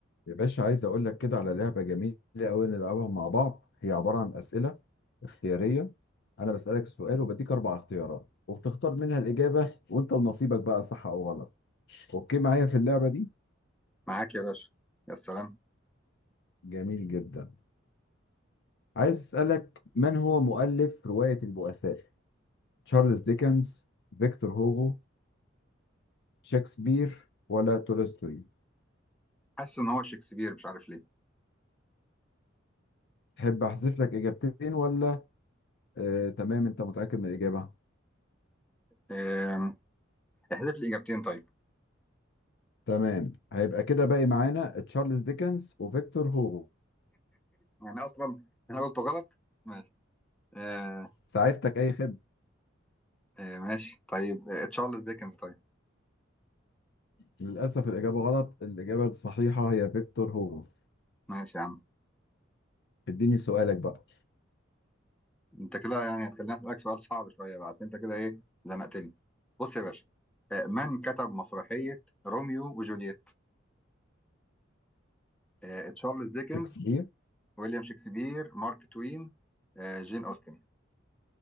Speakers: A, on the left (about 60°); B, in the centre.
A: يا باشا عايز اقول لك كده على لعبه جميله قوي نلعبها مع بعض هي عباره عن اسئله اختياريه انا بسالك السؤال وبديك اربع اختيارات وبتختار منها الاجابه وانت لنصيبك بقى صح او غلط اوكي معايا في اللعبه دي
B: معاك يا باشا يا سلام
A: جميل جدا عايز اسالك من هو مؤلف روايه البؤساء تشارلز ديكنز فيكتور هوغو شكسبير ولا تولستوي
B: حاسس ان هو شكسبير مش عارف ليه
A: تحب احذف لك اجابتين ولا آه تمام انت متاكد من الاجابه
B: آم، احذف لي اجابتين طيب
A: تمام هيبقى كده باقي معانا تشارلز ديكنز وفيكتور هوغو
B: يعني اصلا انا قلت غلط ماشي آه،
A: ساعدتك اي خدمه
B: آه، ماشي طيب آه، تشارلز ديكنز طيب
A: للاسف الاجابه غلط الاجابه الصحيحه هي فيكتور هوغو
B: ماشي يا عم
A: اديني سؤالك بقى
B: انت كده يعني هتخليني اسالك سؤال صعب شويه بقى عشان انت كده ايه زنقتني بص يا باشا آه، من كتب مسرحيه روميو وجولييت آه، تشارلز ديكنز
A: شكسبير
B: ويليام شكسبير مارك توين آه، جين اوستن